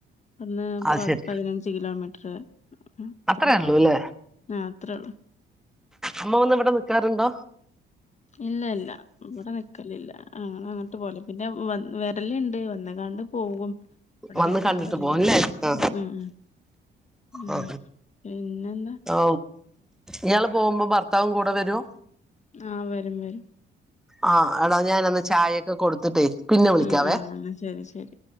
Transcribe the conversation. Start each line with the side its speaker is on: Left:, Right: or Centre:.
Left: ഇവിടുന്ന്
Centre: അത്
Left: പ
Centre: ശരി
Left: പതിനഞ്ച് കിലോമീറ്റർ അത്ര
Centre: അത്രേള്ളൂ ഇല്ലേ
Left: ആഹ് അത്രേ ഉള്ളൂ
Centre: അമ്മ വന്ന് ഇവിടെ നിക്കാറുണ്ടോ
Left: ഇല്ല ഇല്ല ഇവിടെ നിക്കലില്ല ഞങ്ങള് അങ്ങട്ട് പോവല പിന്നെ വ രലുണ്ട് വന്ന കാണ്ട് പോകും ഇവിടെ
Centre: വന്ന്
Left: നിക്കാൻ
Centre: കണ്ടിട്ട്
Left: വരിലില്ല
Centre: പോവുംല്ലേ ആ
Left: ഉം ഉം ഉം
Centre: ആ
Left: പിന്നെന്താ
Centre: ആ ഇയാള് പോകുമ്പോ ഭർത്താവും കൂടെ വരുവോ
Left: ആഹ് വരും വരും
Centre: ആഹ് എടാ ഞാൻ ഒന്ന് ചായൊക്കെ കൊടുത്തിട്ടേ പിന്നെ വിളിക്കാവേ
Left: ഉം ആഹ് ശെരി ശെരി